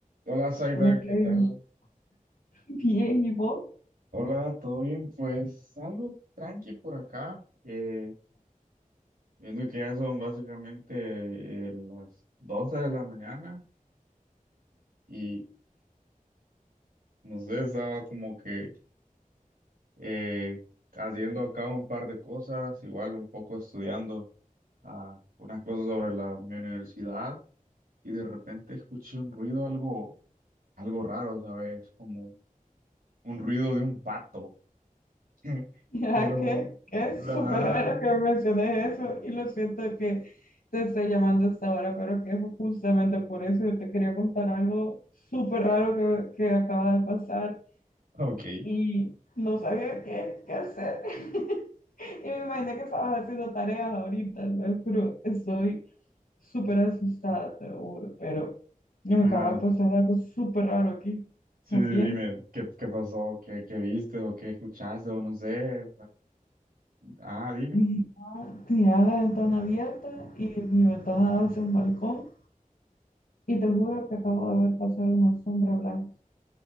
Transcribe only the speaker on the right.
Hola Zaida,
¿qué tal?
Hola, ¿todo bien? Pues algo tranqui por acá, eh, viendo que ya son básicamente eh, las 12 de la mañana y no sé, estaba como que eh, haciendo acá un par de cosas, igual un poco estudiando ah, unas cosas sobre la, mi universidad y de repente escuché un ruido algo, algo raro, ¿sabes? Como un ruido de un pato, <laughs>
pero...
Ajá,
Ok.
Ajá.
Sí,
sí, dime, ¿qué, qué pasó? ¿Qué, qué viste o qué escuchaste o no sé? Ah, ah, dime.